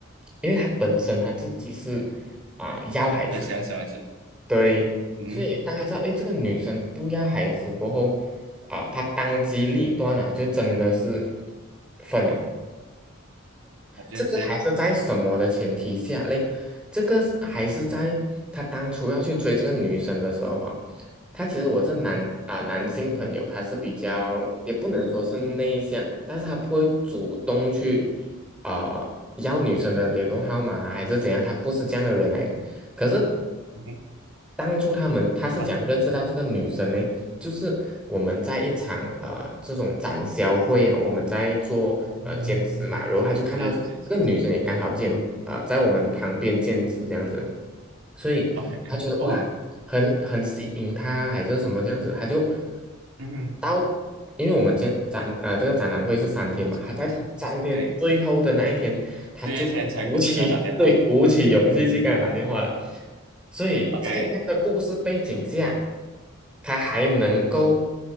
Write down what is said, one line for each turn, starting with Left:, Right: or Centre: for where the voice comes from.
Centre: 因为他本身他自己是啊、要孩子，
Right: 很喜欢小孩子，
Centre: 对，
Right: 嗯，
Centre: 所以当他知道，哎，这个女生不要孩子过后，啊、他当机立断啊，就真的是分了，
Right: 我觉得这，
Centre: 这个还是在什么的前提下嘞？这个是还是在他当初要去追这个女生的时候哈，他其实我这男啊、
Right: 嗯哼，
Centre: 男性朋友他是比较也不能说是内向，但是他不会主动去啊、要女生的联络号码啊还是怎样，他不是这样的人来的。可是
Right: 嗯哼，
Centre: 当初他们他是讲认识到这个女生呢，
Right: 好，
Centre: 就是我们在一场呃这种展销会啊，我们在做呃兼职嘛，
Right: 嗯，
Centre: 然后他就看到这这个女生也刚好兼呃在我们的旁边兼职这样子，
Right: 这这
Centre: 所以他觉得哇很很吸引他还是什么这样子，
Right: ，OK，哦，
Centre: 他就
Right: 嗯哼，
Centre: 到因为我们兼展呃这个展览会是三天嘛，他在三天最后的那一天，
Right: 好的，对，
Centre: 他就鼓起
Right: 这些天才过去给他打电话
Centre: <laughs> 对鼓起勇气去跟他打电话了。所以在这样的故事背景下，
Right: ，OK，
Centre: 他还能够